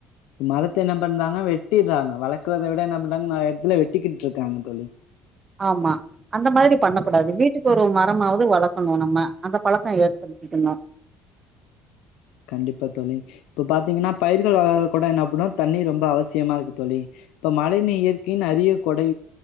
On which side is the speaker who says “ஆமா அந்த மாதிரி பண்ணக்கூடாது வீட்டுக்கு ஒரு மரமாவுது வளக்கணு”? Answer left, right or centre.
Right